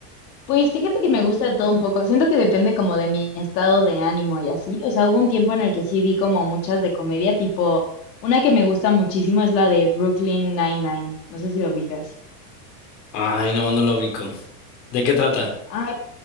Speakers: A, on the left; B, on the left.
A: Pues fíjate que me gusta de todo un poco, siento que depende como de mi estado de ánimo y así, o sea, hubo un tiempo en el que sí vi como muchas de comedia, tipo, una que me gusta muchísimo es la de Brooklyn Nine-Nine, no sé si lo ubicas.
B: Ay, no, no lo ubico. ¿De qué trata?
A: Ay,